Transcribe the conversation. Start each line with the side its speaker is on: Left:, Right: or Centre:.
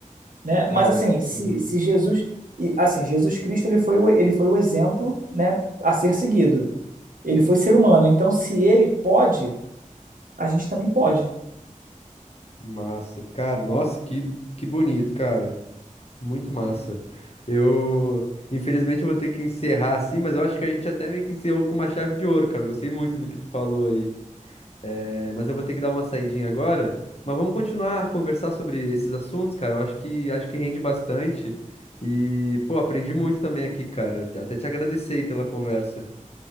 Right: né?
Left: cara.
Right: Mas assim, se,
Left: Uhum.
Right: se Jesus, e, assim, Jesus Cristo ele foi o, ele foi o exemplo, né, a ser seguido. Ele foi ser humano, então se ele pode, a gente também pode.
Left: Massa, cara. Nossa, que, que bonito, cara. Muito massa. Eu, infelizmente, eu vou ter que encerrar assim, mas eu acho que a gente até meio que encerrou com uma chave de ouro, cara. Eu gostei muito do que tu falou aí. É, mas eu vou ter que dar uma saidinha agora. Mas vamos continuar a conversar sobre esses assuntos, cara. Eu acho que acho que rende bastante. E, pô, aprendi muito também aqui, cara. Até te agradecer aí pela conversa.